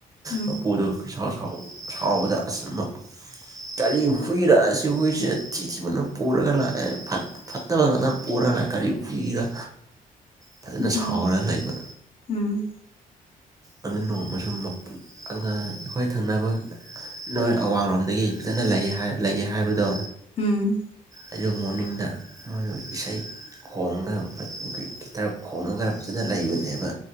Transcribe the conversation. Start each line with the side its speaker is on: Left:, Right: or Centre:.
Left: ꯎꯝ
Right: ꯃꯄꯨꯗꯨꯣꯥꯎ ꯁꯥꯎꯕꯗ ꯀꯒꯥꯔꯤ ꯍꯨꯏꯔꯛꯑꯁꯤ ꯍꯨꯏꯁꯦ ꯊꯤ ꯊꯤꯕꯅ ꯄꯨꯔꯒ ꯂꯥꯛꯑꯦ ꯐꯠꯇꯕ ꯉꯥꯛꯇ ꯄꯨꯔꯒ ꯀꯔꯤ ꯈꯨꯏꯔ ꯐꯖꯅ
Left: ꯎꯝ
Right: ꯁꯥꯎꯔꯒ ꯂꯩꯕ
Left: ꯎꯝ
Right: ꯑꯗꯨ ꯅꯣꯡꯃꯁꯨ ꯃꯄꯨ ꯑꯉꯥꯡ ꯑꯩꯈꯣꯏ ꯊꯪꯅꯕ ꯅꯣꯏ ꯑꯋꯥꯡꯡꯂꯣꯝꯗꯒꯤ ꯐꯖꯅ ꯂꯩꯑꯦ ꯂꯩꯑꯦ ꯍꯥꯏꯕꯗꯣ
Left: ꯎꯝ
Right: ꯑꯩꯁꯨ ꯃꯣꯔꯅꯤꯡꯗ ꯃꯣꯏꯁꯨ ꯏꯁꯩ ꯈꯣꯡꯒ ꯒꯤ ꯒꯤꯇꯔ ꯈꯣꯡꯉꯒ ꯐꯖꯅ ꯂꯩꯕꯅꯦꯕ